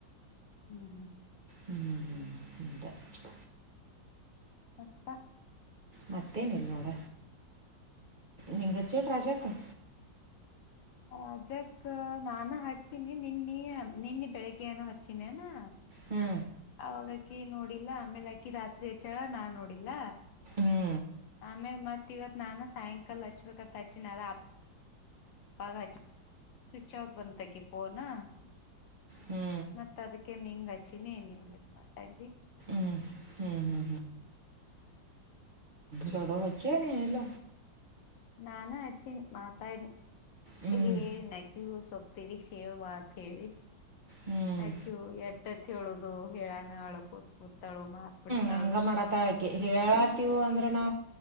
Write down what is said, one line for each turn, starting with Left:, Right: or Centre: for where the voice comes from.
Left: ಹ್ಮ್ ಹ್ಮ್
Right: ಹ್ಮ ಅಂತ ಇಷ್ಟ
Left: ಮತ್ತ
Right: ಮತ್ತೇನಿಲ್ಲ ನೋಡ ನಿಂಗ ಹಚ್ಚಿಳ್ಳ ರಾಜಕ್ಕ
Left: ರಾಜಕ್ಕ ನಾನ ಹಚ್ನಿ ನಿನ್ನಿ ನಿನ್ನಿ ಬೆಳಿಗ್ಗೆ ಏನೋ ಹಚ್ಚಿನ ನಾ
Right: ಹ್ಞೂ
Left: ಅವಾಗ ಅಕಿ ನೋಡಿಲ್ಲ ಇಲ್ಲ ಆಮೇಲೆ ಅಕಿ ರಾತ್ರಿ ಹೆಚ್ಚಳ ನಾ ನೋಡಿ ಇಲ್ಲ
Right: ಹ್ಞೂ
Left: ಆಮೇಲ್ ಮತ್ತ್ ಇವತ್ ನಾನು ಸಾಯಂಕಾಲ ಹಚ್ಬೇಕತ್ ಹಚ್ಚಿನನಾರ ಅಪ್ಪಾಗ್ ಹಚ್ಚ ಸ್ವಿಚ್ ಆಫ್ ಬಂದಕಿ ಪೋನಾ
Right: ಹ್ಞೂ
Left: ಮತ್ತ ಅದಕ್ಕೆ ನಿಂಗ್ ಹಚ್ಚಿನಿ ಏನ್ ಹೇಗಬೇಕು ಮಾತಾಡ್ದಿ
Right: ಹ್ಞೂ ಹ್ಞೂ ಹ್ಞೂ ತಡೋ ಹಜೆ ನೀನೆಲ್ಲ
Left: ನಾನ ಅಚ್ಚಿನ್ ಮಾತಾಡ್
Right: ಹ್ಞೂ
Left: ಹೇಳ ನಕ್ಯು ಸೊಪ್ಪತರಿ ಹೇಳ್ ವತ್ಹೇಳಿ
Right: ಹ್ಞೂ
Left: ಅಕ್ಯ ಎಟ್ಟತ್ ಹೇಳುದು ಹೇಳಾನ ಅಳ ಕೂತ್ ಕೂತಾಳು ಮಾತ್ ಬಿಡ್ತ
Right: ನಂಗ ಮಡಕ್ ತಳಿ ಆ ಅಕ್ಕೆ ಹೇಳತೀವಿ ಅಂದ್ರೆ ನಾ